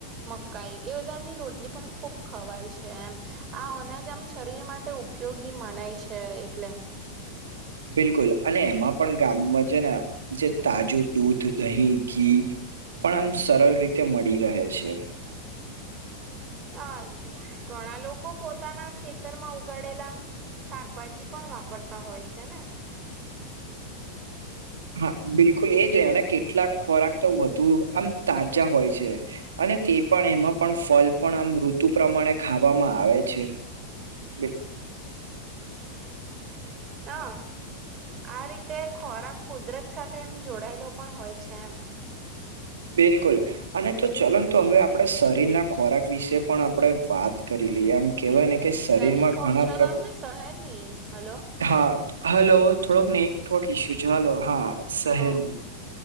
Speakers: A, on the right; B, on the right.
A: મકાઈ એ બધાની રોટલી પણ ખુબ ખવાય છે એમ આ અનાજ આમ શરીર માટે ઉપયોગી મનાય છે એટલે
B: બિલકુલ અને એમાં પણ ગામમાં છે ને જે તાજુ દૂધ, દહીં, ઘી પણ આમ સરળ રીતે મળી રહે છે.
A: હ ઘણા લોકો પોતાના ખેતરમાં ઉગાડેલા શાકભાજી પણ વાપરતા હોય છે ને
B: હા, બિલકુલ એ જ ને કેટલાક ખોરાક તો વધુ આમ તાજા હોય છે. અને તે પણ એમાં પણ ફલ પણ આમ ઋતુ પ્રમાણે ખાવામાં આવે છે. બિલ-
A: હ આ રીતે ખોરાક કુદરત સાથે એમ જોડાયેલો પણ હોય છે એમ,
B: બિલકુલ અને તો ચલન તો હવે આપડણે શરીરના ખોરાક વિશે પણ આપણે વાત કરી લઈએ એમ. કહેવાય ને કે શરીરમાં
A: સૈનિક
B: ઘણા
A: હોસ્ટેલ આમ ને શહેરની હલો
B: હા હલો થોડોક ને ટવર્ક ઇસ્યૂ છે હલો હા શહેરની
A: હા